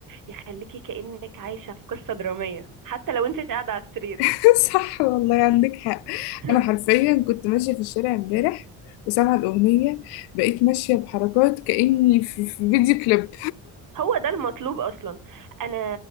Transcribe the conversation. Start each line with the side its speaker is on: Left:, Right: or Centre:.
Right: يخليكي كأنك عايشة في قصة درامية حتى لو انت قاعدة على السرير
Left: <laughs> صح والله عندك حق
Right: <laughs>
Left: أنا حرفيا كنت ماشية في الشارع امبارح وسامعة الأغنية بقيت ماشية بحركات كأني في في فيديو كليب
Right: هو ده المطلوب اصلا انا